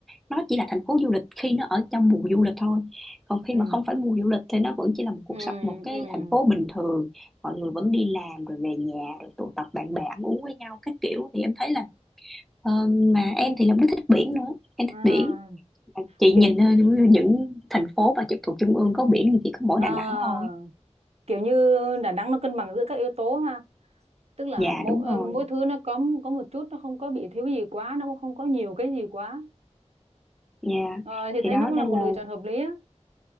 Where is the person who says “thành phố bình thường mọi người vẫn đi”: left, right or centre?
Centre